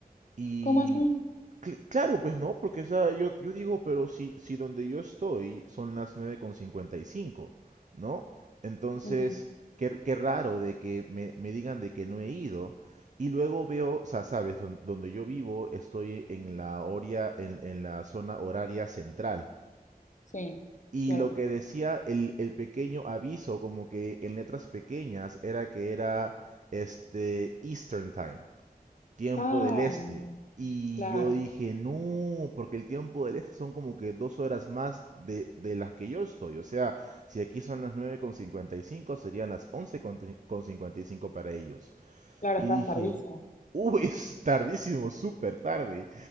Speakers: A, on the right (about 50°); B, on the left (about 50°).
A: Y
B: ¿Cómo así?
A: cl- claro, pues no, porque o sea, yo, yo digo, pero si, si donde yo estoy son las nueve con cincuenta y cinco ¿no? Entonces,
B: Ujú,
A: qué, qué raro de que me, me digan de que no he ido. Y luego veo, o sea, sabes, Don- donde yo vivo estoy en la horia- en, en la zona horaria central.
B: Sí,
A: Y
B: claro.
A: lo que decía el, el pequeño aviso, como que en letras pequeñas, era que era este Eastern Time tiempo
B: Ah,
A: del este. Y
B: claro.
A: yo dije, no, porque el tiempo del este son como que dos horas más de, de las que yo estoy. O sea, si aquí son las nueve con cincuenta y cinco serían las once con cincuenta y cinco para ellos.
B: Claro,
A: Y
B: estabas
A: dije,
B: tardísimo.
A: uh, es tardísimo, súper tarde.